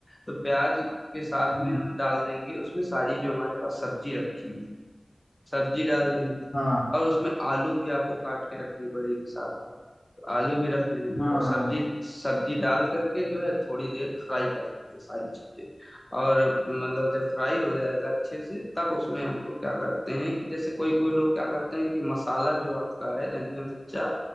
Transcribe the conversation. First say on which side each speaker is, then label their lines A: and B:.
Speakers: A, on the left (about 15°); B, on the left (about 80°).
A: तो प्याज के साथ
B: हम्म,
A: में हम डाल देंगे उसमें सारी जो हमारे पास सब्जी रखी होगी सब्जी डाल देंगे
B: हाँ
A: और उसमें आलू भी आपको काट के रखनी पड़ेगी साथ में आलू भी रख लेंगे
B: हाँ
A: तो सब्जी
B: हाँ
A: सब्जी डाल करके जो है थोड़ी देर फ्राई कर लेंगे सारी चीजें और मतलब जब फ्राई हो जाएगा अच्छे से तब उसमें हम लोग क्या करते हैं कि जैसे कोई कोई लोग क्या करते हैं कि मसाला जो आपका है धनिया मिर्चा